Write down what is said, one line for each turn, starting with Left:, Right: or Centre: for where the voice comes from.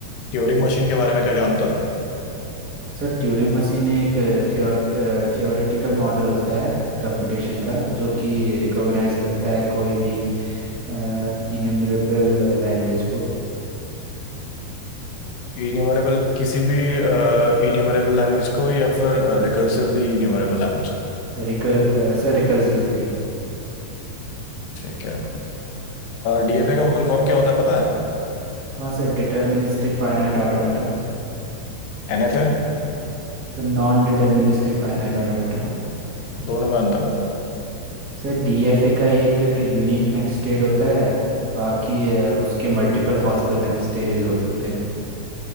Left: ट्यूरिंग मशीन के बारे में क्या जानते हो
Right: सर ट्यूरिंग मशीन एक थियोर थियोरेटिकल मॉडल होता है कंप्यूटेशन का जो कि रिकॉग्नाइज करता है कोई भी इनमरेबल लैंग्वेज को
Left: इन्यूमरेबल किसी भी इन्यूमरेबल लैंग्वेज को या फिर रिकर्सिवली इन्यूमरेबल लैंग्वेज को
Right: सर रिकर सर रिकर्सिविटी
Left: ठीक है डीएफए का फुल फॉर्म क्या होता है पता है
Right: हाँ sir deterministic finite automata
Left: एनएफए
Right: Sir non deterministic finite automata
Left: दोनों में अंतर बताओ
Right: Sir DFA का एक यूनिक नेक्स्ट स्टेट होता है बाकी अ, उसके मल्टीपल पॉसिबल नेक्स्ट स्टेजेस हो सकते हैं